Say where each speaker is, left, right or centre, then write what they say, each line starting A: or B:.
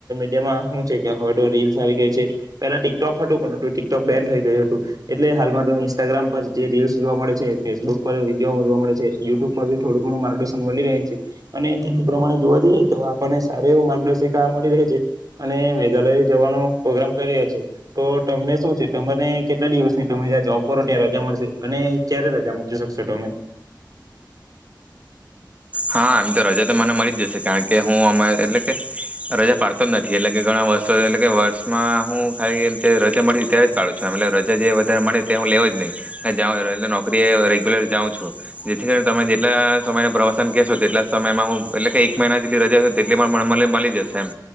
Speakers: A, on the right; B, on the right.
A: તેમાં હું છે કે હવે તો રીલ્સ આવી ગઈ છે. પેલા ટિકટોક હટો <inaudible> તો ટીકટોક બેન થઈ ગયું હતું એટલે હાલમાં તો ઇન્સ્ટાગ્રામ પર જે રીલ્સ જોવા મળે છે ફેસબુક પર વિડીયો જોવા મળે છે યુટ્યુબ પરી થોડું ઘણું માર્ગદર્શન મળી રહે છે અને તેના પ્રમાણે જોવા જઈએ તો આપણને સાર એવ માર્ગદર્શિકા મળી રહે જે અને મેઘાલય જવાનો પ્રગ્રામ કરી રહ્યા છે તો તમને શું છે તમને કેટલા દિવસની તમે જ્યા જોબ કરો છો ત્યાં રજા મળશે અને ક્યારે રજા મૂકી શકશો તમે?
B: હા એમ તો રજા તો મને મળી જ જશે કારણ કે હું અ એટલે કે રજા પાડતો જ નથી એટલે કે ઘણા વર્ષો એટલે કે વર્ષમાં હું ખાલી રજા મળી ત્યારે જ પાડું છું એટ રજા જે વધારે મળે તે હું લેવ જ નહી એલે નોકરી રેગ્યુલર જાઉં છું જેથી કરીને તમે જેટલા સમયનો પ્રવાસ તન કહેશો તેટલા સમયમાં હું એટલે કે એક મહિના જેટલી રજા તેટલી પણ મળી જશે એમ.